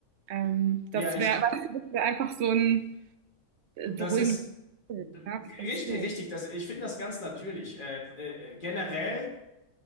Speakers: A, on the right; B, on the left.
A: Ähm,
B: Ja,
A: das
B: ich,
A: wäre <laughs> wär einfach so ein, äh,
B: Das
A: Beruhigendes
B: ist
A: Gefühl, oder? Was denkst
B: richtig,
A: du?
B: richtig. Das, ich finde das ganz natürlich. Äh, äh, generell